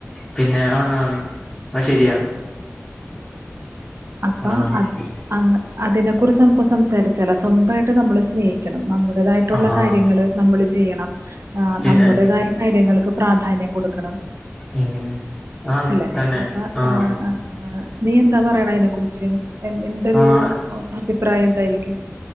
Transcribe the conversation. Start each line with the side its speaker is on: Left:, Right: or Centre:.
Centre: പിന്നെ ആന്നാണ് അഹ് ശരിയാണ്
Right: അപ്പം
Centre: ആഹ്
Right: അത് അ അതിനെ കുറിച്ച് നമുക്ക് സംസാരിച്ചാലോ സ്വന്തായിട്ട് നമ്മള് സ്നേഹി ക്കണം നമ്മുടേതായിട്ടുള്ള
Centre: ആഹ്
Right: കാര്യങ്ങള് നമ്മള് ചെയ്യണം ഏഹ്
Centre: പിന്നെ
Right: നമ്മുടേതായ കാര്യങ്ങൾക്ക് പ്രാധാന്യം കൊടുക്കണം
Centre: ഉം ആണ്
Right: അല്ലേ
Centre: തന്നെ
Right: അപ്പൊ
Centre: ആഹ്
Right: ആഹ് നീ എന്താ പറയണ അയ്നെ കുറിച്ച് എന്റെ ഒരു
Centre: ആഹ്
Right: അഭിപ്രായം എന്തായിരിക്കും